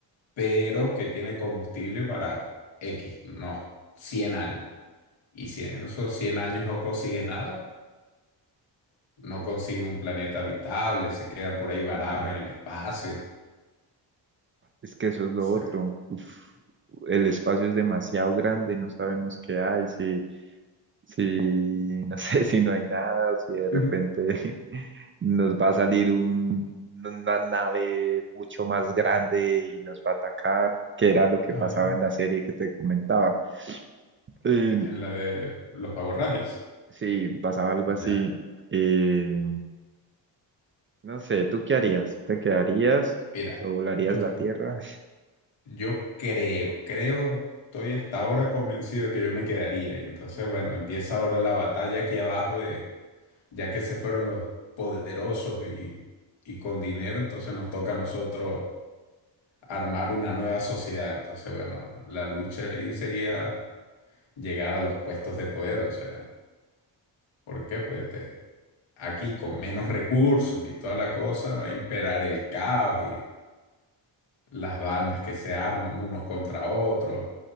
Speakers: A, on the left (about 85°); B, on the right (about 30°).
A: pero que tiene combustible para X, no, 100 años. Y si en esos 100 años no consigues nada, no consigues un planeta habitable, se quedan por ahí varados
B: nada,
A: en el espacio. O
B: es que eso es lo
A: sea,
B: otro. Uf, el espacio es demasiado grande, no sabemos qué hay, sí si, no sé, <laughs> si no hay nada, o si de
A: <laughs>
B: repente <laughs> nos va a salir un- una nave mucho más grande y nos va a atacar, que era lo que
A: ahí,
B: pasaba en la serie que te comentaba. Eh,
A: en la de los Power Rangers.
B: sí, pasaba algo así.
A: Ya.
B: Eh, no sé, ¿tú qué harías? ¿Te quedarías
A: Mira,
B: o volarías
A: yo
B: la Tierra?
A: Yo creo, creo, estoy hasta ahora convencido de que yo me quedaría. Y entonces, bueno, empieza ahora la batalla aquí abajo de, ya que se fueron los poderosos y, y con dinero, entonces nos toca a nosotros armar una nueva sociedad. Entonces, bueno, la lucha ahí sería llegar a los puestos de poder, o sea, ¿por qué? Pues te- aquí con menos recursos y toda la cosa va a imperar el caos las bandas que se arman unos contra otros,